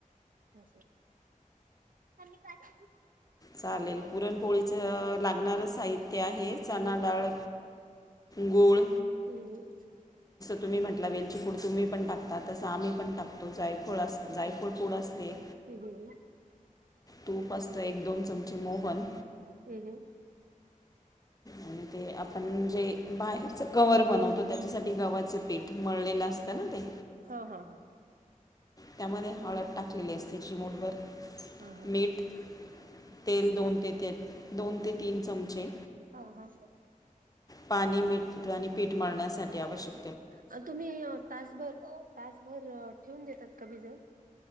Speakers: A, on the right; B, on the left.
A: हे असा आहे. <inaudible> कमी कट
B: चालेल पुरणपोळीच लागणार साहित्य आहे चना
A: हम्
B: डाळ गुळ
A: हम्म.
B: तुम्ही म्हणला वेलची पूड तुम्हीपण टकतात. तस आम्ही पण टाकतो जायफळ अस जायफळ पुड असते.
A: हम्
B: तूप असतं एक दोन चमचे मोहन
A: हम् <inaudible>
B: आणि ते आपण जे बाहेरच कवर बनवतो, त्याच्यासाठी गव्हाच पीठ मळलेलं असतं ना ते
A: हा हा हा.
B: त्यामध्ये हळद टाकलेली अस चिमुठभर
A: हा हा
B: मीठ तेल दोन ते ते दोन ते तीन चमचे
A: हा हा.
B: पाणी मीठ आणि पीठ मळण्यासाठी आवश्यक
A: अ तुम्ही तासभर, तासभर ठेवून देतात का भिजत?